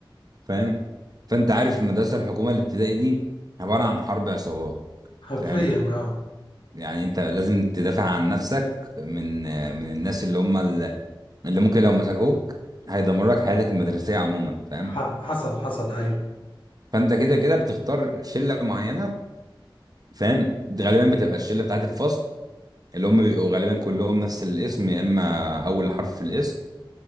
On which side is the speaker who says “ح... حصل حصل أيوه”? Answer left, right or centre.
Left